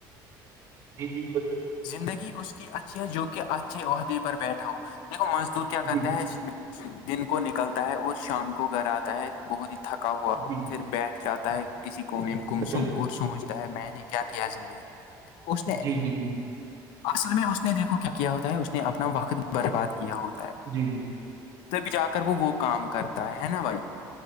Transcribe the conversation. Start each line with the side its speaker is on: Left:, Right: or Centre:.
Right: جی جی بس
Left: زندگی اس کی اچھی ہے جو کہ اچھے عہدے پر بیٹھا ہو دیکھو مزدور کیا کرتے
Right: جی
Left: ہے دن کو نکلتا ہے اور شام کو گھر آتا ہے بہت ہی تھکا ہوا
Right: جی
Left: پھر بیٹھ جاتا ہے کسی کونے میں کم
Right: بالکل
Left: سم اور سوجھ میں نے کیا کیا زندگی میں سوچتے ہے
Right: جی جی جی جی
Left: اصل میں اس نے دیکھو کیا کیا ہوتا ہے اس نے اپنا وقت برباد کیا ہوتا ہے
Right: جی جی
Left: تبھی جا کر وہ وہ کام کرتا ہے نا بھائی